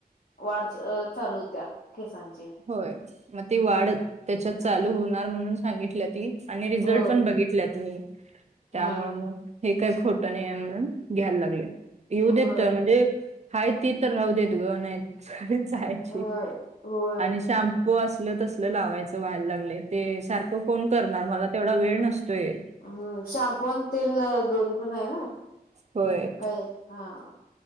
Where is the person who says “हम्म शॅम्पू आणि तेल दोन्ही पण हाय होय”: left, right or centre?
Left